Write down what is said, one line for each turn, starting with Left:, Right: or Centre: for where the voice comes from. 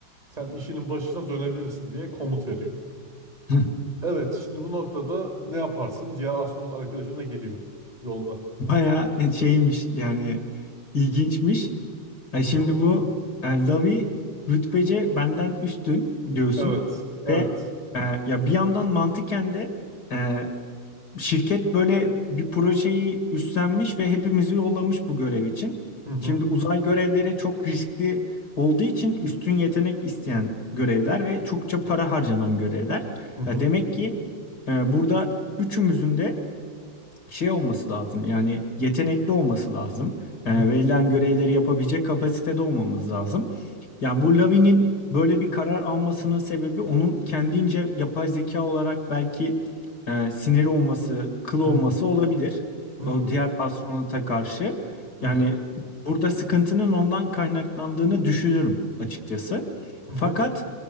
Right: Sen işinin başına dönebilirsin diye komut veriyor.
Left: <laughs>
Right: Evet, şimdi bu noktada ne yaparsın? Diğer astronot arkadaşın da geliyor yolda.
Left: Bayağı e, şeymiş yani ilginçmiş. E
Right: Hı
Left: şimdi
Right: hı.
Left: bu e, Lavi rütbece benden üstün diyorsun
Right: Evet, evet.
Left: ve e, ya bir yandan mantıken de e, şirket böyle bir projeyi üstlenmiş ve hepimizi yollamış bu görev için.
Right: Hı hı.
Left: Şimdi uzay görevleri çok riskli olduğu için üstün yetenek isteyen görevler ve çokça para harcanan görevler.
Right: Hı hı.
Left: Ya demek ki e, burada üçümüzün de şey olması lazım yani yetenekli olması lazım. E,
Right: Hı hı.
Left: verilen görevleri yapabilecek kapasitede olmamız lazım. Yani bu Lavi'nin böyle bir karar almasının sebebi onun kendince yapay zeka olarak belki e, siniri olması, kıl olması
Right: Hı
Left: olabilir.
Right: hı
Left: O diğer astronota karşı. Yani
Right: hı hı
Left: burada sıkıntının ondan kaynaklandığını düşünürüm açıkçası.
Right: hı
Left: Fakat
Right: hı